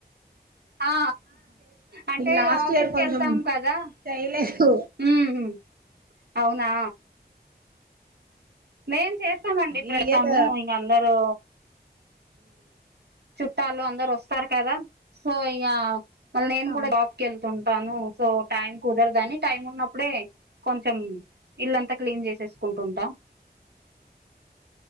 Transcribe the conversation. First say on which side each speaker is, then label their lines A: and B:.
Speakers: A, on the right; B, on the right.
A: ఆ అంటే
B: లాస్ట్
A: ఇగ ఆఫీస్కి
B: ఇయర్ కొంచెం
A: ఏళ్తాం కదా
B: చేయలేదు
A: ఉమ్ అవునా మేం చేస్తామండి ప్రెడతాము
B: ఈ ఇయర్
A: ఇంక అందరు చుట్టాలు అందరు వస్తారు కదా సో ఇగా మళ్ళ నేను
B: అవును
A: కూడా శాప్ కెళ్తుంటాను సో టైమ్ కుదరదని టైం ఉన్నప్పుడే కొంచెం ఇల్లంతా క్లీన్ చేసేసుకుంటుంటా